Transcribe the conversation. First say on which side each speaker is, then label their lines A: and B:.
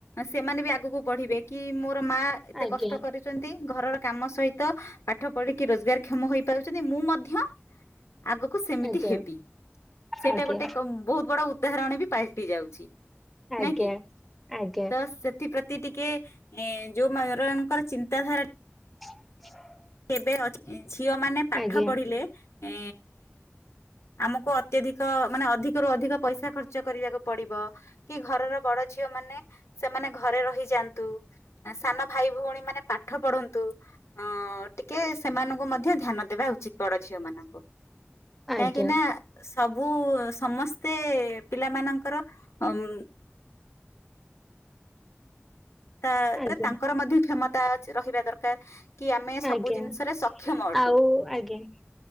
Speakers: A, on the left; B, in the centre.
A: ସେମାନେ ବି ଆଗକୁ ପଢିବେ କି ମୋ ମୋ ମା ଏତେ
B: ଆଜ୍ଞା
A: କଷ୍ଟ କରିଛନ୍ତି ଘରର କାମ ସହିତ ପାଠ ପଢିକି ରୋଜଗାର କ୍ଷମ ହେଇପାରୁଛନ୍ତି, ମୁଁ ମଧ୍ୟ ଆଗକୁ ସେମିତି
B: ଆଜ୍ଞା
A: ହେବି, ସେଇଟା
B: ଆଜ୍ଞା।
A: ଗୋଟେ ବହୁତ ବଡ ଉଦାହରଣ ବି ପାଲଟି ଯାଉଛି।
B: ଆଜ୍ଞା
A: ନାଇଁ କିି
B: ଆଜ୍ଞା।
A: ତ ସେଥିପ୍ରତି। ତି ଟିକେ ଯୋଉ ମାନଙ୍କର ଚିନ୍ତାଧାରା
B: <unintelligible>
A: କେବେ ଅଛି। ଝିଅ ମାନେ ପାଠ
B: ଆଜ୍ଞା
A: ପଢିଲେ ଏ ଆମକୁ ଅତ୍ୟଧିକ ମାନେ ଅଧିକରୁୁ ଅଧିକ ପଇସା ଖର୍ଚ୍ଚ କରିବାକୁ ପଡିବ, କି ଘରର ବଡ ଝିଅ ମାନେ ସେମାନେ ଘରେ ରହିଯାଆନ୍ତୁ, ସାନ ଭାଇ ଭଉଣୀ ମାନେ ପାଠ ପଢନ୍ତୁ, ଅଁ ଟିକେ ସେମାନଙ୍କୁ ମଧ୍ୟ ଧ୍ୟାନ ଦେବା ଉଚିତ ବଡ ଝିଅ ମାନଙ୍କୁ।
B: ଆଜ୍ଞା
A: କହିଁକି ନା ସେ ସବୁ ସମସ୍ତେ ପିଲା ମାନଙ୍କର ଅମ୍ ତା ଏଥିରେ
B: ଆଜ୍ଞା
A: ତାଙ୍କର ମଧ୍ୟ କ୍ଷମ ତା ରହିବା ଦରକାର। କି ଆମେ ସବୁ
B: ଆଜ୍ଞା
A: ଜିନିଷରେ ସକ୍ଷମ ଅଟୁ।
B: ଆଉ ଆଜ୍ଞା।